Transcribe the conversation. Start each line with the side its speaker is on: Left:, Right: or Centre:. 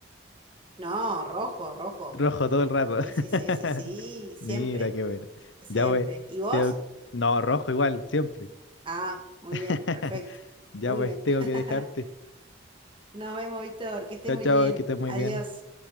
Right: no, rojo, rojo.
Left: Rojo todo el rato. <laughs>
Right: Sí, sí, sí, sí, sí,
Left: Mira,
Right: siempre,
Left: qué bueno.
Right: siempre.
Left: Ya pues,
Right: ¿Y vos?
Left: tengo- No, rojo igual, siempre.
Right: Ah, muy
Left: <laughs>
Right: bien, perfecto,
Left: Ya
Right: muy
Left: pues,
Right: bien.
Left: tengo
Right: <laughs>
Left: que dejarte.
Right: Nos vemos, Víctor, que estés
Left: Chao,
Right: muy
Left: chao,
Right: bien.
Left: que estés muy
Right: Adiós.
Left: bien.